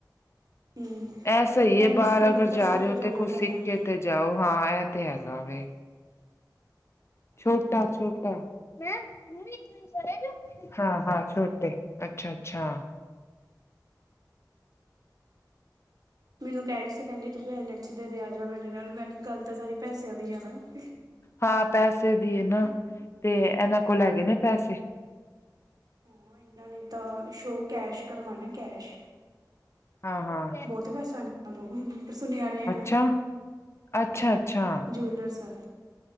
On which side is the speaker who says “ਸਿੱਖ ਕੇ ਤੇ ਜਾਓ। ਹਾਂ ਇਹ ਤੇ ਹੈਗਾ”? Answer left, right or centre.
Left